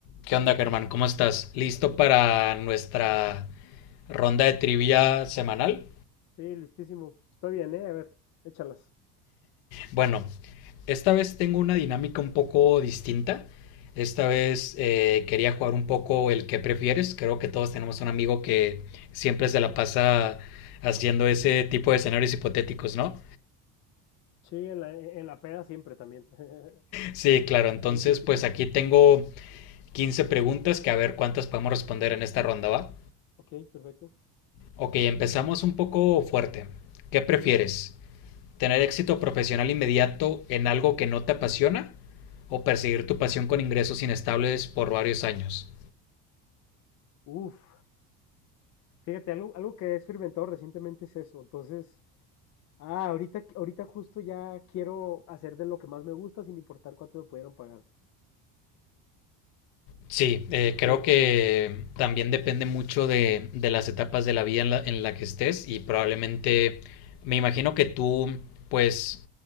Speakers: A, on the left; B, on the left.
A: ¿Qué onda, Germán? ¿Cómo estás? ¿Listo para nuestra ronda de trivia semanal?
B: Sí, listísimo. Está bien, ¿eh? A ver, échalas.
A: Bueno, esta vez tengo una dinámica un poco distinta. Esta vez eh, quería jugar un poco el que prefieres. Creo que todos tenemos un amigo que siempre se la pasa haciendo ese tipo de escenarios hipotéticos, ¿no?
B: Sí, en la, en la peda siempre también. <laughs>
A: Sí, claro. Entonces,
B: Muy típico.
A: pues aquí tengo 15 preguntas que a ver cuántas podemos responder en esta ronda, ¿va?
B: Ok, perfecto.
A: Ok, empezamos un poco fuerte. ¿Qué prefieres? ¿Tener éxito profesional inmediato en algo que no te apasiona? ¿O perseguir tu pasión con ingresos inestables por varios años?
B: Uf, fíjate, algo, algo que he experimentado recientemente es eso. Entonces, ah, ahorita, ahorita justo ya quiero hacer de lo que más me gusta sin importar cuánto me pudieran pagar.
A: Sí, eh,
B: No
A: creo
B: sé.
A: que también depende mucho de, de las etapas de la vida en la, en la que estés y probablemente me imagino que tú pues